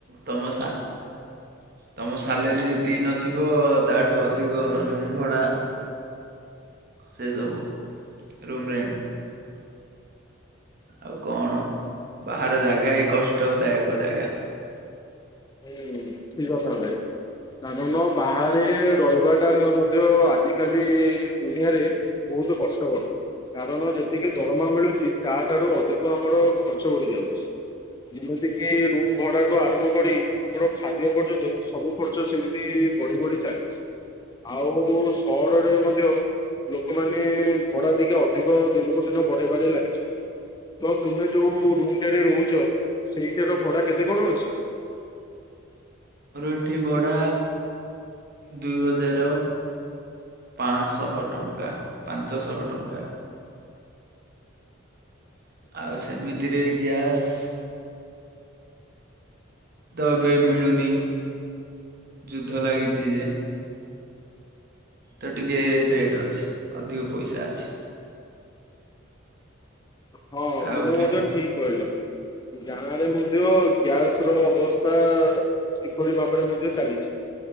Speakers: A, on the right; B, on the left.
A: ତମ ସା ତମ ସାଲେରୀ ଯେତିକି ନଥିବ ତାଠୁ ଅଧିକ ରୁମ୍ ଭଡ଼ା। ସେ ସବୁ ରୁମରେଣ୍ଟ। ଆଉ କଣ ବାହାର ଜାଗା ହିଁ କଷ୍ଟଦାୟକ ଜାଗା।
B: ହୁଁ ଠିକ୍ କଥା ଭାଇ। କାରଣ ବାହାରେ ରହିବାଟା ମଧ୍ୟ ଆଜିକାଲି ଦୁନିଆରେ ବୋ ବହୁତ କଷ୍ଟକ କାରଣ ଯେତିକି ଦରମା ମିଳୁଛି ତା ଠାରୁ ଅଧିକ ଆମର ଖର୍ଚ୍ଚ ହୋଇଯାଉଛି। ଯେମିତି କିି ରୁମ ଭଡାଠୁ ଆରମ୍ଭ କରି। ଆପଣ ଖାଦ୍ୟ ପର୍ଯ୍ୟନ୍ତ ସବୁ ଖର୍ଚ୍ଚ ସେମିତି ବଢି ବଢି ଚାଲିଛି। ଆଉ ସହରରେ ମଧ୍ୟ ଲୋକମାନେ ଭଡା ଟିକେ ଅଧିକ ଦିନକୁ ଦିନ ବଢେଇବାରେ ଲାଗିଛନ୍ତି। ତ ତୁମେ ଯୋଉ ରୁମ ଟାରେ ରହୁଛ, ସେଇଠାର ଭଡା କେତେ କଣ ଅଛି?
A: ସେଇଠି ଭଡ଼ା ଦୁଇ ହଜାର। ପାଁଶହ ଟଙ୍କା ପାଞ୍ଚଶହ ଟଙ୍କା। ଆଉ ସେମିତିରେ ଗ୍ୟାସ୍ ତ ଏବେ ମିଳୁନି ଯୁଦ୍ଧ ଲାଗିଛି ଯେ। ତ ଟିକେ ରେଟ୍ ଅଛି ଅଧିକ ପଇସା ଅଛି।
B: ହଁ
A: ଆଉ
B: ତୁମେ
A: ଫେ
B: ମଧ୍ୟ ଠିକ କହିଲ। ଗାଁରେ ମଧ୍ୟ ଗ୍ୟାସ ର ଅବସ୍ଥା ସେପରି ଭାବରେ ମଧ୍ୟ ଚାଲିଛି